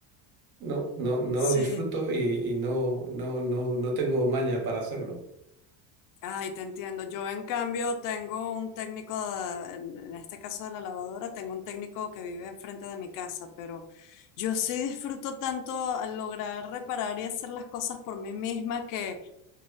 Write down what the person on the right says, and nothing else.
no, no, no
lo disfruto y, y no, no, no, no tengo maña para hacerlo.